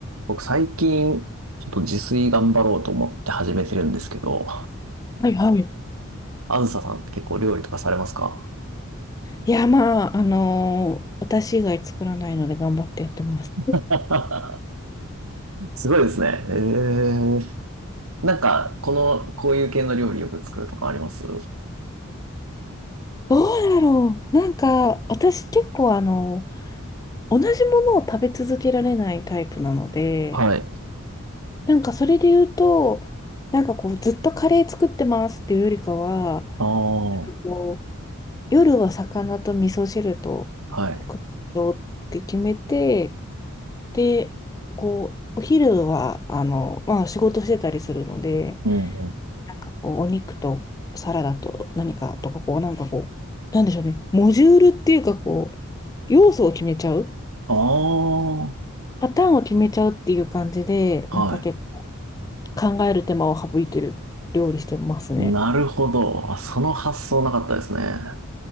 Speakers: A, on the right; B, on the left.
A: 僕最近、ちょっと自炊頑張ろうと思って始めてるんですけど、
B: はいはい。
A: あずささんって結構料理とかされますか
B: いや、まあ、あのー私以外作らないので頑張ってやってます。
A: <laughs> すごいですね。えー、なんか、この、こういう系の料理よく作るとかあります
B: どうだろう。なんか、私結構、あの、同じものを食べ続けられないタイプなので、
A: はい。
B: なんかそれで言うと、なんかこう、ずっとカレー作ってますっていうよりかは、
A: ああ、
B: こう、夜は魚と味噌汁と副とって決めて、
A: はい。
B: で、こう、お昼は、あの、まあ仕事してたりするので、
A: うんうん。
B: なんかこう、お肉とサラダと何かとか、こう、なんかこう、なんでしょうね、モジュールっていうか、こう、要素を決めちゃう、
A: ああ、
B: パターンを決めちゃうっていう感じで、
A: はい。
B: なんか結構考える手間を省いてる料理してますね。
A: なるほど。あ、その発想なかったですね。